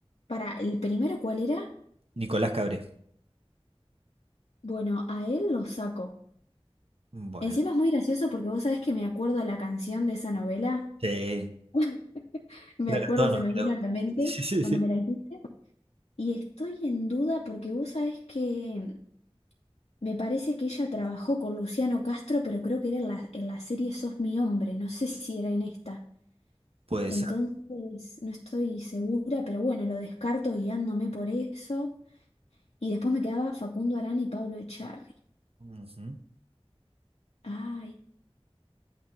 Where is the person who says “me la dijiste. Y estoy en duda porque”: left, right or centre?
Left